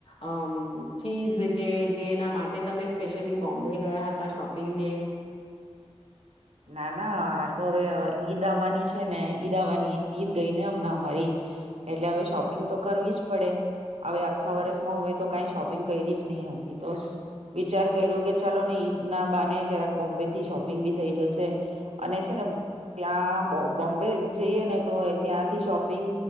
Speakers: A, on the left (about 60°); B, on the right (about 75°).
A: અ ચીઝ કે જેના માટે તમે સ્પેશિયલી બોમ્બે ગયા હતા શોપિંગને <inaudible>
B: ના ના આ તો હવે ઈદ આવવાની છે ને ઈદ આવવાની ઈદ ગઈ ને હમ અમારી એટલે હવે શોપિંગ તો કરવી જ પડે હવે આખા વરસમાં હું એ તો કઈ શોપિંગ કઈરી જ નઈ હતી તો વિચાર કઈરો કે ચાલો ને ઈદ ના બાને જરાક બોમ્બે થી શોપિંગ બી થઈ જશે અને છે અને ત્યાં બો-બોમ્બે જઈએ ને તો એ ત્યાંથી શોપિંગ